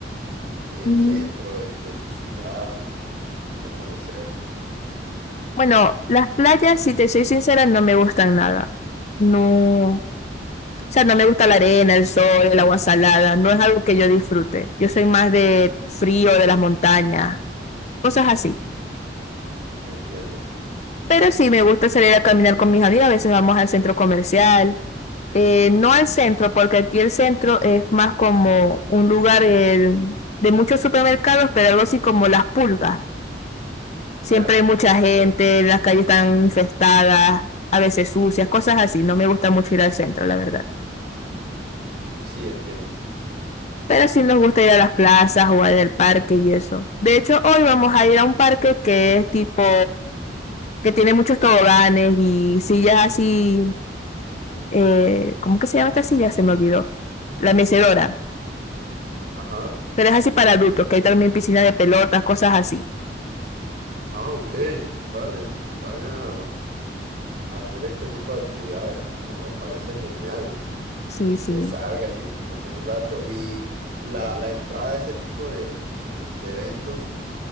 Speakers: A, on the right; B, on the left.
A: el
B: Mm.
A: centro de, de tu ciudad, a conocer.
B: Bueno, las playas, si te soy sincera, no me gustan nada. No, o sea, no me gusta la arena, el sol, el agua salada. No es algo que yo disfrute. Yo soy más de frío, de las montañas, cosas así.
A: Entiendo.
B: Pero sí, me gusta salir a caminar con mis amigas. A veces vamos al centro comercial. Eh, no al centro, porque aquí el centro es más como un lugar eh, de muchos supermercados, pero algo así como las pulgas. Siempre
A: Ya,
B: hay mucha gente,
A: ok.
B: las calles están infestadas, a veces sucias, cosas así. No me gusta mucho ir al centro, la verdad.
A: Sí, entiendo.
B: Pero sí nos gusta ir a las plazas, jugar en el parque y eso. De hecho, hoy vamos a ir a un parque que es tipo, que tiene muchos toboganes y sillas así eh, ¿cómo que se llama esta silla? Se me olvidó. La mecedora.
A: Ajá.
B: Pero es así para adultos, que hay también piscina de pelotas, cosas así.
A: Ah, ok. Vale. Van a hacer este tipo de actividades. No, me parece genial.
B: Sí, sí.
A: que salgas y disfrutes un rato. Y la, la entrada a ese tipo de, de- de eventos